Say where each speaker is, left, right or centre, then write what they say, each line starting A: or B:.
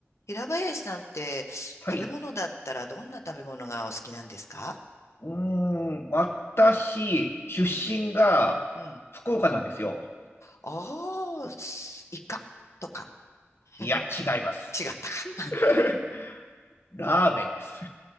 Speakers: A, on the left (about 85°); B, on the left (about 60°).
A: 平林さんって食べ物だったらどんな食べ物がお好きなんですか
B: はい。うーん、私、出身が福岡なんですよ。
A: うん、うん。ああ、すイカとか。<laughs>
B: いや、違います。
A: 違ったか。
B: <laughs> ラーメンです。